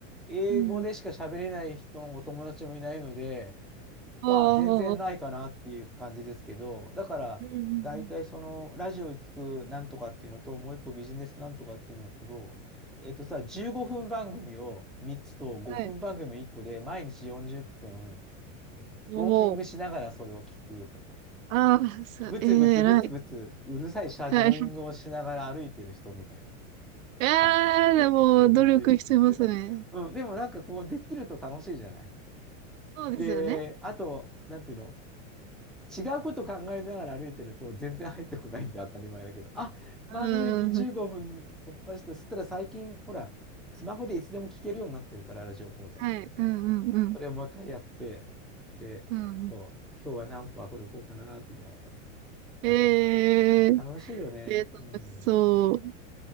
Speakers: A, in the centre; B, on the right.
A: 英語でしか喋れない人のお友達もいないので、
B: うん。ああ、
A: まあ全然ないかなっていう感じですけど、
B: ああ、
A: だから大体そのラジオを聞くなんとかっていうのと、
B: うんうんうん。
A: もう一個ビジネスなんとかっていうのと、えっとさ、15分番組を3つと5分番組1個で毎日40分、
B: はい。
A: えっと、
B: もう、
A: ウォーキングしながらそれを聞くとか、
B: ああ、さ、
A: ブツブツブツブツうるさいシャドーイングをしながら歩いてる人みたいな。
B: えー、偉い。はい。<laughs> え
A: はい。
B: ー、でも、
A: そういう感じ。
B: 努力してますね。
A: うん、でもなんかこう、できると楽しいじゃない。
B: そうですよね。
A: で、あと、なんていうの違うこと考えながら歩いてると全然入ってこないんで当たり前だけど、あ、まずい、
B: うんうんうん。
A: 15分突破して、そしたら最近、ほら、スマホでいつでも聞けるようになってるから、ラジオ講座って。
B: はい。うんうんうん。
A: それをもう一回やって、で、
B: うん。
A: そう、今日は何歩歩こうかなって言いながら
B: え
A: やってます。
B: ー、
A: 楽しいよね。
B: えー、楽しそう。
A: うん。